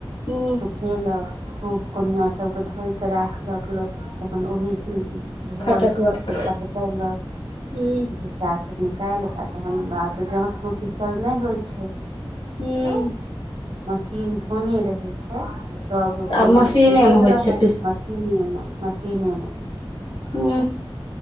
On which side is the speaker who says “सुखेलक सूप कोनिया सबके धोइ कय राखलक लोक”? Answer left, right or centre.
Right